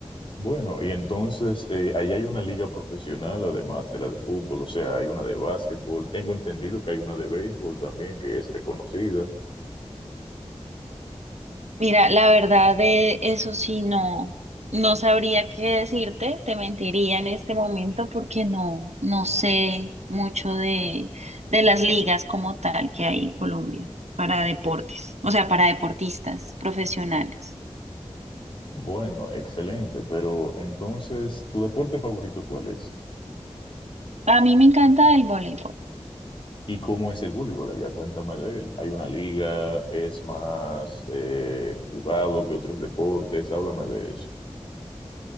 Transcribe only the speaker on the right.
Mira, la verdad de eso sí no, no sabría qué decirte, te mentiría en este momento porque no, no sé mucho de, de las ligas como tal que hay en Colombia para deportes, o sea, para deportistas profesionales.
A mí me encanta el voleibol.